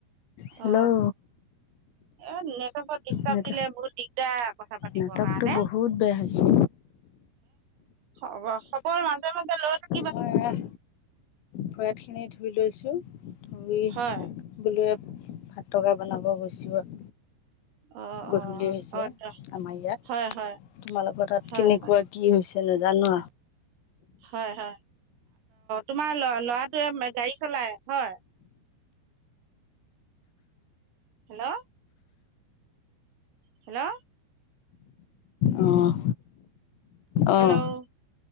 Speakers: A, on the left; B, on the right.
A: হেল্ল'
B: অ। এ নেটৱৰ্কত ডাৰ্ব
A: নেট
B: দিলে বহুত দিগদাৰ কথা পাতিবৰ
A: নেটৱৰ্কটো
B: কাৰণে।
A: বহুত বেয়া হৈছে
B: হব সকলৰে মাজে মাজে লৈ থাক।
A: হয় আহ ভৰি হাত খিনি ধুই লৈছো। ধই
B: হয়
A: বোলে ভাত টকা বনাব গৈছোঁ আৰু।
B: অঁ
A: গধূলি
B: অঁ
A: হৈছে
B: অঁ
A: আমাৰ ইয়াত।
B: হয় হয়
A: তোমালোকৰ তাত
B: হয়
A: কেনেকুৱা কি হৈছে নাজানো।
B: হয় হয় তোমাৰ ল ল'ৰাটোৱে গাড়ী চলাই হয়। হেল্ল' হেল্ল'
A: অঁ
B: হেল্লো'
A: অঁ